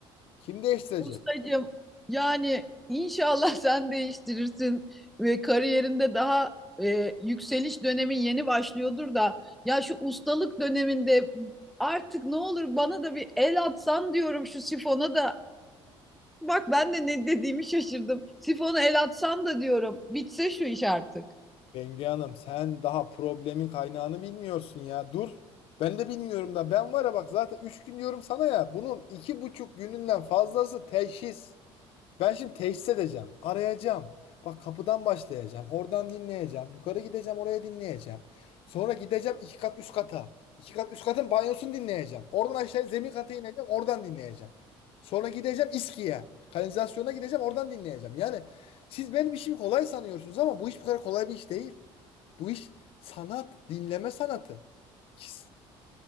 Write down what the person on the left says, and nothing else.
Kim değiştirecek?
Bengü Hanım, sen daha problemin kaynağını bilmiyorsun ya. Dur. Ben de bilmiyorum da ben var ya bak zaten üç gün diyorum sana ya. Bunun iki buçuk gününden fazlası teşhis. Ben şimdi teşhis edeceğim, arayacağım. Bak kapıdan başlayacağım, oradan dinleyeceğim, yukarı gideceğim, oraya dinleyeceğim. Sonra gideceğim iki kat üst kata. İki kat üst katın banyosunu dinleyeceğim. Oradan aşağı zemin kata ineceğim, oradan dinleyeceğim. Sonra gideceğim İSKİ'ye, kanalizasyona gideceğim, oradan dinleyeceğim. Yani siz benim işimi kolay sanıyorsunuz ama bu iş bu kadar kolay bir iş değil. Bu iş sanat, dinleme sanatı. Siz,